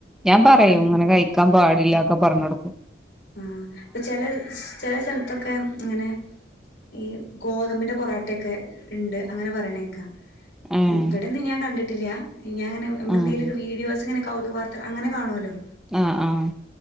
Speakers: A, in the centre; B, on the left.
A: ഞാൻ പറയും
B: നല്ല
A: ഇങ്ങനെ കഴിക്കാൻ പാടില്ലക്കൊ പറഞ്ഞൊടുക്കും.
B: ആ പ്പൊ ചെല ചെല സൽത്തൊക്കെ ഇങ്ങനെ ഈ ഗോതമ്പിന്റെ പൊറാട്ടയൊക്കെ ഇണ്ട് അങ്ങനെ പറയണേക്കാ.
A: ഏഹ്
B: ഇവിടെന്ന് ഞാൻ കണ്ടി ട്ടില്ല. ഇനി ഞാൻ അങ്ങനെ അമ്മളെന്തെലൊരു
A: ആഹ്
B: വീഡിയോസ് ച്ച്ങ്ങന കൗതുക വാർത്ത അങ്ങനെ കാണു അല്ലോ?
A: ആഹ് ആഹ്.